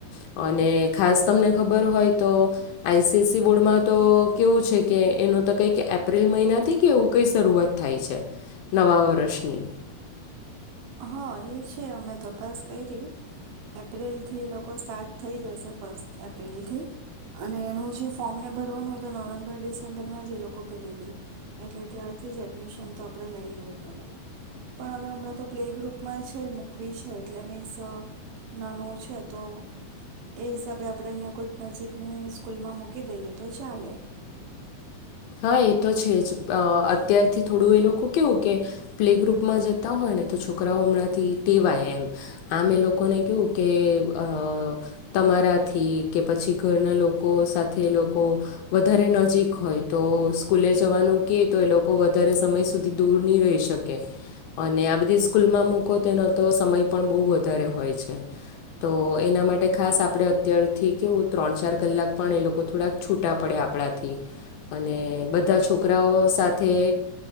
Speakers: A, on the left; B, on the right.
A: અને ખાસ તમને ખબર હોય તો આઈસીએસસી બોર્ડમાં તો કેવું છે કે એનું તો કંઈક એપ્રિલ મહિનાથી કે એવું કંઈ શરૂઆત થાય છે નવા વર્ષની
B: હ એ છે અમે તપાસ કયરી એપ્રિલથી એ લોકો સ્ટાર્ટ થઈ જશે ફર્સ્ટ એપ્રિલથી અને એનું જે ફોર્મને ભરવાનું હોય તો નવેમ્બર ડિસેમ્બરમાં જ એ લોકો ભરી દેય એટલે ત્યારથી જ એડમિશન તો આપણે લઈ લેવું પડે પણ હવે હમણાં તો પ્લે ગ્રુપમાં છે મૂકવી છે એટલે મીન્સ અ નાનું છે તો એ હિસાબે આપણે અહીંયા કોઈક નજીકની સ્કૂલમાં મૂકી દઈએ તો ચાલે
A: હા એ તો છે જ. અત્યારથી થોડું એ લોકો કવું કે પ્લે ગ્રુપમાં જતા હોય ને તો છોકરાઓ હમણાંથી ટેવાય. એમ આમ એ લોકોને કવુ કે અ તમારાથી કે પછી ઘરના લોકો સાથે એ લોકો વધારે નજીક હોય. તો સ્કૂલે જવાનું ક તો એ લોકો વધારે સમય સુધી દૂર નહીં રહી શકે અને આ બધી સ્કૂલમાં મૂકો તેનો તો સમય પણ બહુ વધારે હોય છે તો એના માટે ખાસ આપણે અત્યારથી કેવું ત્રણ ચાર કલાક પણ એ લોકો થોડાક છૂટા પડે આપણાથી અને બધા છોકરાઓ સાથે